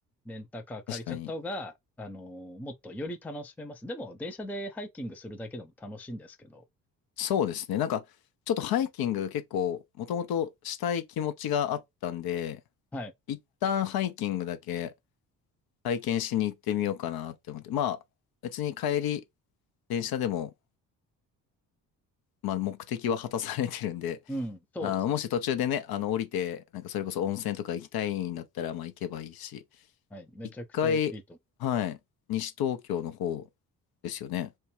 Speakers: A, in the centre; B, on the left.
A: レンタカー借りちゃった方が、
B: 確かに。
A: あの、もっとより楽しめます。でも、電車でハイキングするだけでも楽しいんですけど、
B: そうですね。なんか、ちょっとハイキング結構、もともとしたい気持ちがあったんで、
A: はい。
B: 一旦ハイキングだけ体験しに行ってみようかなって思って、まあ、別に帰り、電車でも、まあ、目的は果たされてるんで、
A: うん、
B: <laughs>
A: そうですね。
B: あー、もし途中でね、あの、降りて、なんかそれこそ温泉とか行きたいんだったら、まあ、行けばいいし、
A: はい。めちゃくちゃいいと思
B: 一回、はい、西東京の方ですよね。